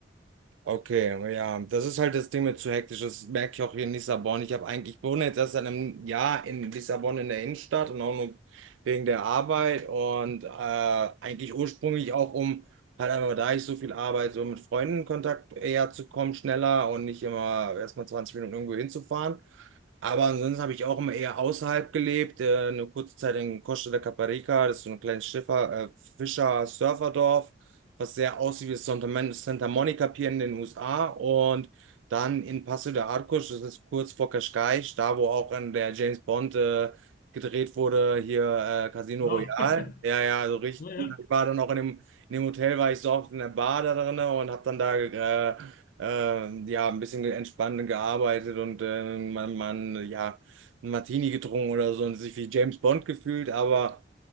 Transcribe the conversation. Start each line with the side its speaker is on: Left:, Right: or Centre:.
Right: Okay, ja, das ist halt das Ding mit zu hektisch. Das merke ich auch hier in Lissabon. Ich habe eigentlich, ich wohne jetzt erst seit einem Jahr in Lissabon in der Innenstadt und auch nur wegen der Arbeit und äh, eigentlich ursprünglich auch um halt einfach, da ich so viel arbeite, so mit Freunden in Kontakt eher zu kommen, schneller und nicht immer erstmal 20 Minuten irgendwo hinzufahren. Aber ansonsten habe ich auch immer eher außerhalb gelebt. Äh, eine kurze Zeit in Costa de Caparica, das ist so ein kleines Schiffer, äh, Fischer-Surferdorf, was sehr aussieht wie das Santa, Mon Santa Monica Pier in den USA. Und dann in Paso de Arcos, das ist kurz vor Cascais, da wo auch in der James Bond äh, gedreht wurde, hier äh, Casino
Left: Ja,
Right: Royale.
Left: <laughs>
Right: Ja, ja, also richtig
Left: ja, ja,
Right: cool. Ich war dann auch in dem, in dem Hotel, war ich so oft in der Bar da drin und habe dann da äh, äh, ja, ein bisschen entspannt gearbeitet und äh, man, man, ja, ein Martini getrunken oder so und sich wie James Bond gefühlt, aber